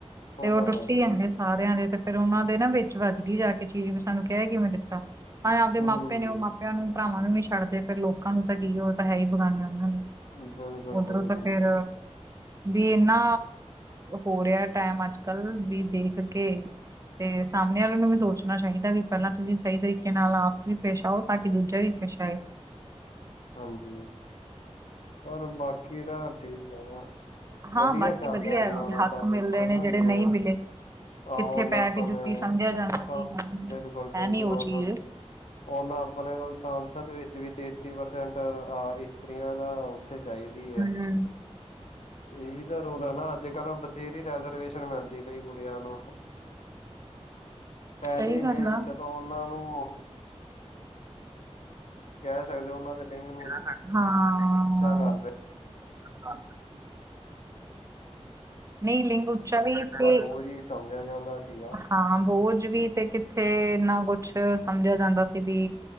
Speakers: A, on the left; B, on the right.
A: ਉਹ
B: ਤੇ ਓ
A: ਤਾਂ
B: ਟੁੱਟੀ
A: ਹੈ
B: ਜਾਂਦੇ
A: ਜੀ
B: ਸਾਰੇ ਆਦੇ, ਤੇ ਫੇਰ ਓਨਾਂ ਦੇ ਨਾ ਵਿੱਚ ਵੱਜਦੀ ਜਾ ਕੇ ਚੀਜ਼ ਵੀ ਸਾਨੂੰ ਕੈ ਕਿਵੇਂ ਦਿੱਤਾ। ਹਾਂ ਆਪਦੇ
A: ਹੂੰ
B: ਮਾਪੇ ਨੇ ਓ ਮਾਪੇਆਂ ਨੂੰ ਭਰਾਵਾਂ ਨੂੰ ਨੀ ਛੱਡਦੇ ਫਿਰ ਲੋਕਾਂ ਨੂੰ ਤਾਂ ਕੀ ਓ ਤਾਂ ਹੈ ਈ ਬੇਗਾਨੇ ਓਨਾਂ ਲਈ।
A: ਬਿਲਕੁਲ-ਬਿਲਕੁਲ
B: ਓਧਰੋਂ ਤਾਂ ਫੇਰ
A: ਜੀ
B: ਵੀ ਏਨਾ ਹੋ ਰੇਆ ਟੈਮ ਅੱਜ-ਕੱਲ, ਵੀ ਦੇਖ ਕੇ ਤੇ ਸਾਮਣੇ ਵਾਲੇਆਂ ਨੂੰ ਵੀ ਸੋਚਣਾ ਚਾਈਦਾ ਵੀ ਪੇਲਾਂ ਤੁਸੀਂ ਸਈ ਤਰੀਕੇ ਨਾਲ ਆਪ ਵੀ ਪੇਸ਼ ਆਓ। ਤਾਂ ਕਿ ਦੂਜਾ ਵੀ ਖੂਸ਼ ਆਏ।
A: ਹਾਂਜੀ, ਪਰ ਬਾਕੀ ਤਾਂ ਠੀਕ ਆ
B: ਹਾਂ
A: ਵੱਧੀਆ
B: ਬਾਕੀ
A: ਚੱਲਦਾ
B: ਵਧੀਆ
A: ਏਨਾਂ ਦਾ
B: ਹੱਕ
A: ਤਾਂ ਦੇਖੋ
B: ਮਿਲ ਰਹੇ
A: ਨਾ
B: ਨੇ ਜਿਹੜੇ
A: ਜਿਵੇਂ
B: ਨਹੀਂ ਮਿਲੇ
A: ਆਹੋ
B: ਕਿੱਥੇ
A: ਨਾ
B: ਪੈਰ
A: ਆਪਣੇ,
B: ਦੀ ਜੁੱਤੀ ਸਮਝਿਆ ਜਾਂਦਾ
A: ਸ,
B: ਸੀ ਹੁਣ
A: ਬਿਲਕੁਲ-ਬਿਲਕੁਲ
B: ਹੈ ਨੀ ਉਹ
A: ਓਨਾ
B: ਚੀਜ਼
A: ਓਨਾਂ ਆਪਣੇ ਕੋਲ ਸੰਸਦ ਵਿੱਚ ਵੀ ਤੇ ਤੀਹ ਪ੍ਰਸੈਂਟ ਆ ਇਸਤਰੀਆਂ ਨਾ ਓੱਥੇ ਚਾਈਦੀ ਆ।
B: ਹਾਂਜੀ।
A: ਏਹੀ ਤੇ ਰੋਲਾ ਨਾ ਅੱਜ-ਕੱਲ੍ਹ ਬਥੇਰੀ ਰੈਜਰਵੇਸ਼ਨ ਮਿਲਦੀ ਪਈ ਕੁੜੀਆਂ ਨੂੰ ਫੈਦੇ
B: ਸਹੀ
A: ਨੇ
B: ਗੱਲ ਆ
A: ਚਲੋ ਓਨਾਂ ਨੂੰ ਕੈ ਸਕਦੇ ਓਨਾਂ ਦੇ ਲਿੰਗ
B: ਹਾਂ
A: ਨੂੰ ਉੱਚਾ ਕਰ ਰਹੇ
B: ਨਈ ਲਿੰਗ ਉਚਾ ਵੀ ਤੇ
A: ਬਟ ਓ ਜੀ ਸਮਝੇਆ ਜਾਂਦਾ ਸੀਗਾ,
B: ਹਾਂ ਬੋਝ ਵੀ ਤੇ ਕਿੱਥੇ ਇੰਨਾ ਕੁਛ ਸਮਝਿਆ ਜਾਂਦਾ ਸੀ ਵੀ